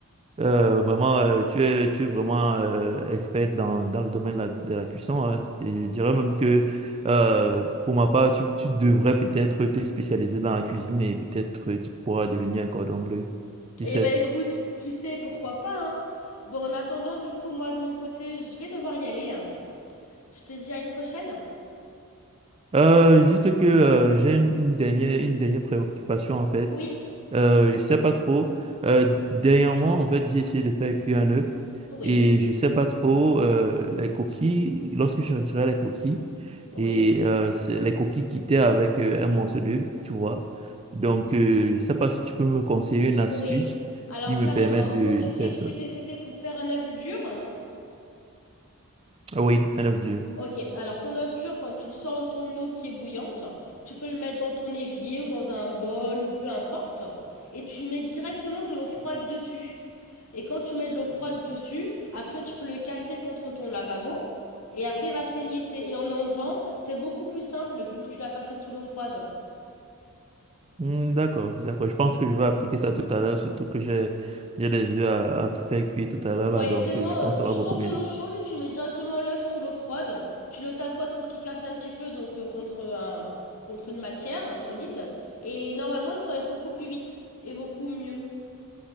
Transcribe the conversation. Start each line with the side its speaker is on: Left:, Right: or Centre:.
Right: Euh, vraiment, euh, tu es, tu es vraiment euh, experte dans, dans le domaine de la, de la cuisson. hein. Et je dirais même que euh, pour ma part, tu, tu devrais peut-être te spécialiser dans la cuisine et peut-être euh, tu pourras devenir un cordon bleu. Qui
Left: Eh
Right: sait?
Left: ben écoute, qui sait, pourquoi pas, hein? Bon, en attendant, du coup, moi, de mon côté, je vais devoir y aller. Je te dis à une prochaine?
Right: Euh, juste que euh, j'ai une une dernière, une dernière préoccupation en fait.
Left: Oui,
Right: Euh, je sais pas trop. Euh, dernièrement, en fait, j'ai essayé de faire cuire un œuf
Left: oui,
Right: et je sais pas trop euh, les coquilles. Lorsque je retirais les coquilles
Left: oui,
Right: et euh, c'est les coquilles quittaient avec euh, un morceau d'œuf, tu vois. Donc, euh, je sais pas si tu peux me conseiller une astuce
Left: oui. Alors,
Right: qui me
Left: carrément,
Right: permette de,
Left: quand tu
Right: de faire
Left: fais, c'était,
Right: ça.
Left: c'était pour faire un œuf dur?
Right: Ah oui, un œuf dur.
Left: Ok, alors ton œuf dur, quand tu le sors de ton eau qui est bouillante, tu peux le mettre dans ton évier ou dans un bol ou peu importe, et tu mets directement de l'eau froide dessus. Et quand tu mets de l'eau froide dessus, après tu peux le casser contre ton lavabo, et après il va s'émietter. Et en enlevant, c'est beaucoup plus simple vu que tu l'as passé sous l'eau froide.
Right: Hmm, d'accord, d'accord. Je pense que je vais appliquer ça tout à l'heure, surtout que j'ai j'ai des œufs à, à faire cuire tout à l'heure
Left: Ouais,
Right: là, donc
Left: vraiment,
Right: euh, je pense
Left: euh, tu
Right: que ça va
Left: sors
Right: beaucoup m'aider.
Left: de l'eau chaude, tu mets directement l'œuf sous l'eau froide, tu le tapotes pour qu'il casse un petit peu, donc euh, contre un, contre une matière euh, solide, et normalement il s'enlève beaucoup plus vite et beaucoup mieux.